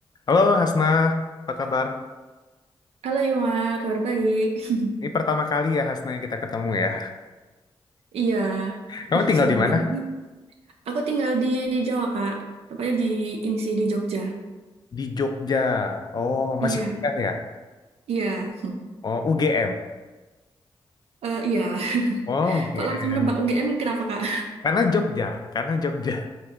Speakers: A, on the left; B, on the right.
A: Halo Hasna, apa kabar?
B: Halo Yoma, kabar baik.
A: Ini pertama kali ya Hasna kita ketemu ya.
B: Iya,
A: Kamu
B: ih
A: tinggal
B: seneng
A: di mana?
B: banget nih. Aku tinggal di Jawa Kak, tepatnya di ini sih di Jogja.
A: Di Jogja. Oh,
B: Iya,
A: masih kuliah ya?
B: iya,
A: Oh, UGM.
B: Eh, iya.
A: Oh, UGM.
B: Kok langsung nebak UGM kenapa Kak?
A: Karena Jogja, karena Jogja.